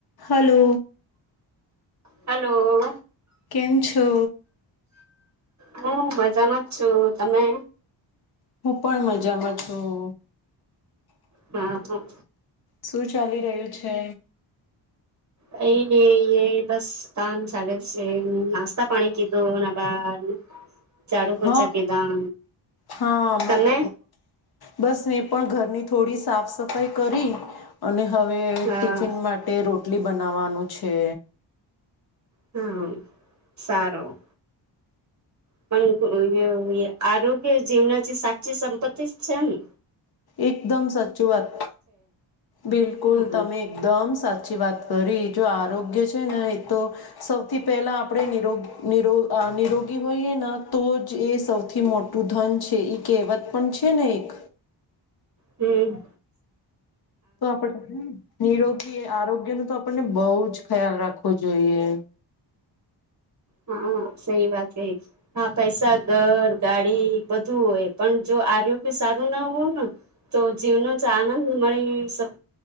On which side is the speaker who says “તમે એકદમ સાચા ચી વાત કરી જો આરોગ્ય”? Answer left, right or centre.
Left